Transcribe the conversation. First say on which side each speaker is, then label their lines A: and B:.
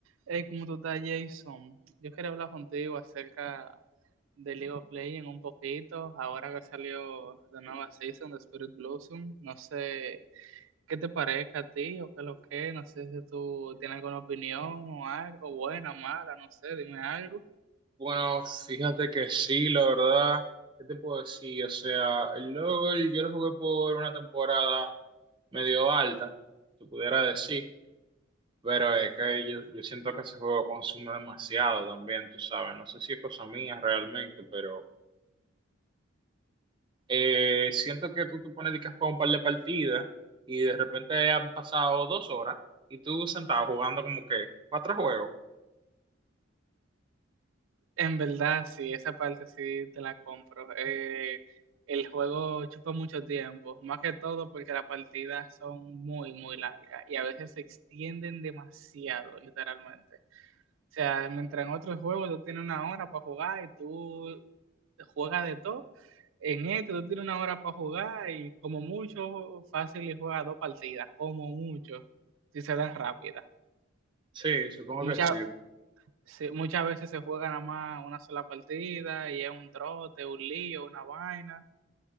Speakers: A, on the right (about 75°); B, on the right (about 25°).
A: Hey, ¿cómo tú estás, Jason? Yo quería hablar contigo acerca de League of Legends un poquito, ahora que salió la nueva season de Spirit Blossom. No sé qué te parezca a ti o qué es lo que, no sé si tú tienes alguna opinión o algo, buena, mala, no sé, dime algo.
B: Bueno, fíjate que sí, la verdad, ¿qué te puedo decir? O sea, el LOL yo lo jugué por una temporada medio alta, se pudiera decir, pero es que yo, yo siento que ese juego consume demasiado también, tú sabes, no sé si es cosa mía realmente, pero eh, siento que tú te pones de que a jugar un par de partidas y de repente han pasado dos horas y tú sentado jugando como que cuatro juegos.
A: En verdad, sí, esa parte sí te la compro. Eh, el juego chupa mucho tiempo, más que todo porque las partidas son muy, muy largas y a veces se extienden demasiado, literalmente. O sea, mientras en otros juegos tú tienes una hora para jugar y tú juegas de todo, en este tú tienes una hora para jugar y como mucho, fácil y juegas dos partidas, como mucho, si se dan rápidas.
B: Sí, supongo
A: Muchas,
B: que sí.
A: se- muchas veces se juega nada más una sola partida y es un trote, un lío, una vaina.